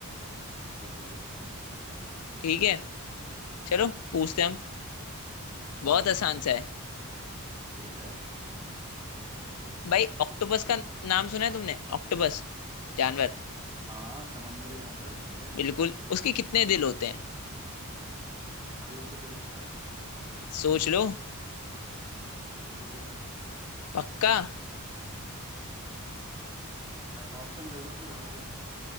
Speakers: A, on the right; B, on the left.
A: अच्छा चलो ठीक है बताओ
B: ठीक है चलो
A: हाँ
B: पूछते हैं हम
A: हम्म
B: बहुत
A: हम्म,
B: आसान सा है
A: ठीक है
B: भाई ऑक्टोपस का नाम सुना है तुमने ऑक्टोपस जानवर
A: हाँ समुद्री जानवर ठीक है
B: बिल्कुल उसके कितने दिल होते हैं
A: भाई एक ही दिल होता है
B: सोच लो
A: समझ लिया
B: पक्का
A: आ, ऑप्शन दे दो फिर और क्या